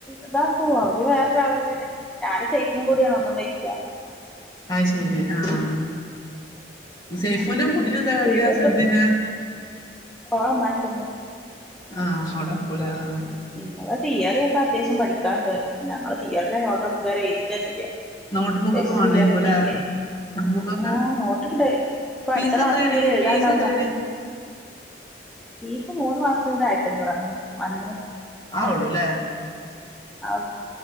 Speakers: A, in the centre; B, on the left.
A: ഇതാക്കും അവര് വേറൊരാൾ കൂടിയാണ് ഞാനും സൈഫും കൂടിയാണ് ഒന്നുംമ്മേലിരിക്ക
B: ആഹ് ശെരി ആഹ് സൈഫൂന്റെ കുട്ടിനെ എന്താ കാട്ടിയെ
A: വീഡിയോക്കെ
B: ചെറുതിനെ.
A: ഓളെ ഇമ്മാന്റെ
B: ആഹ് അവിടേ നിക്കുലെ ആഹ്
A: പിന്നെ തിയറിയൊക്കെ അത്യാവശ്യം പഠിക്കാണ്ട് ഞങ്ങള് തിയറീന്റെ നോട്ടൊന്നും ഇതുവരെ എഴുതിട്ടന്നെല്ല്യ
B: നോട്ട്ബുക്കൊക്കെ
A: <unintelligible>
B: വാണ്ടിരിക്കൂലേ നോട്ട്ബുക്കൊക്കെ
A: ആഹ് നോട്ട്ണ്ട്. ഇപ്പ
B: ഫീസ്
A: അടുത്ത മാസം
B: എത്രേടി
A: മുതല് എഴുതാണ്ടാവുന്നറഞ്ഞെ.
B: ഫീസ് എത്രേണ്
A: ഫീസ് മൂന്ന് മാസം കൊണ്ട് ആയിരത്തിയഞ്ഞൂറാണ്‌ അഞ്ഞൂറ്
B: അതൊള്ളൂല്ലേ
A: ആഹ്